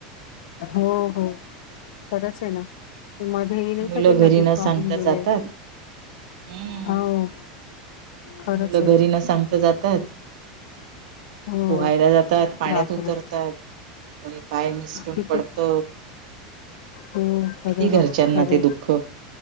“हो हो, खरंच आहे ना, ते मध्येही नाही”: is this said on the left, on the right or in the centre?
Left